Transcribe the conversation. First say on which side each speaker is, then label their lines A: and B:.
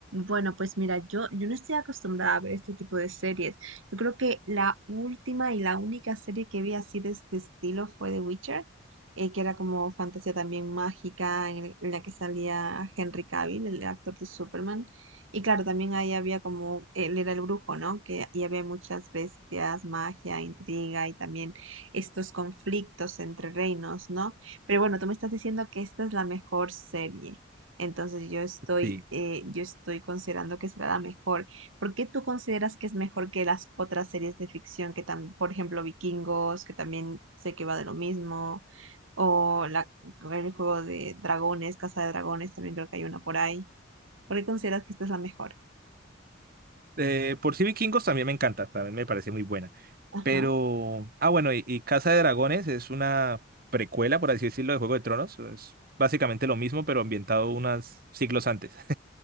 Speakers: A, on the right (about 80°); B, on the right (about 45°).
A: Bueno, pues mira, yo, yo no estoy acostumbrada a ver este tipo de series. Yo creo que la última y la única serie que vi así de este estilo fue The Witcher, eh, que era como fantasía también mágica, en, el- en la que salía Henry Cavill, el actor de Superman. Y claro, también ahí había como, él era el brujo, ¿no? Que y había muchas bestias, magia, intriga y también estos conflictos entre reinos, ¿no? Pero bueno, tú me estás diciendo que esta es la mejor serie. Entonces yo estoy,
B: Sí.
A: eh, yo estoy considerando que será la mejor. ¿Por qué tú consideras que es mejor que las otras series de ficción que también, por ejemplo, Vikingos, que también sé que va de lo mismo, o la, el juego de dragones, Casa de Dragones, también creo que hay una por ahí. ¿Por qué consideras que esta es la mejor?
B: Eh, por sí Vikingos también me encanta, también me parece muy buena.
A: Ajá.
B: Pero, ah, bueno, y, y Casa de Dragones es una precuela, por así decirlo, de Juego de Tronos. Es básicamente lo mismo, pero ambientado unos siglos antes.